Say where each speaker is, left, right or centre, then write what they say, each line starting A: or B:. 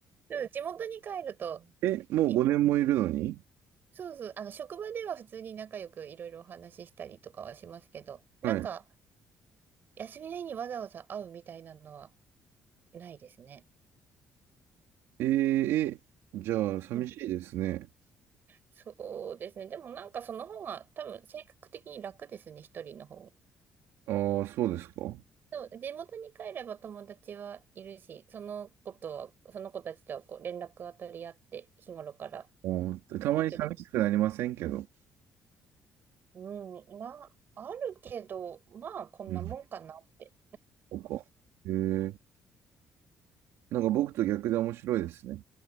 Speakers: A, on the right (about 45°); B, on the right (about 85°).
A: うん地元に帰ると、
B: え、もう5年もいるのに
A: いそうそう、あの、職場では普通に仲良くいろいろお話ししたりとかはしますけど、なんか、
B: はい。
A: 休みの日にわざわざ会うみたいなのはないですね。
B: えーえ、じゃあ寂しいですね。
A: うん。そうですね。でもなんかその方が多分性格的に楽ですね、一人の方。
B: ああー、そうですか
A: そう、地元に帰れば友達はいるし、その子とは、その子たちとはこう連絡は取り合って、日頃から
B: あーたまに寂しくなりませんけど。
A: やりとりをうん、まあ、あるけど、まあ、こんなもんかなって。
B: うん、そうか。へえ。なんか僕と逆で面白いですね。